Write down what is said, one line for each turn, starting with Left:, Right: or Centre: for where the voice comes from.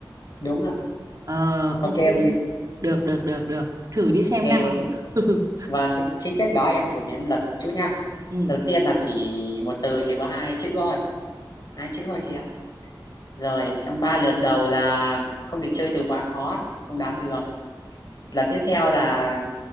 Left: đúng ạ.
Right: Ờ, ok,
Left: Ok em chị.
Right: được, được, được, được. Thử đi
Left: Ok,
Right: xem
Left: thế-
Right: nào. <laughs>
Left: vâng, thế thế trước đó em phổ biến luật chút nha.
Right: Ừ.
Left: đầu tiên là chỉ một từ chỉ có hai chữ thôi hai chữ thôi chị ạ rồi trong ba lượt đầu là không được chơi từ quá khó không đoán được là tiếp theo là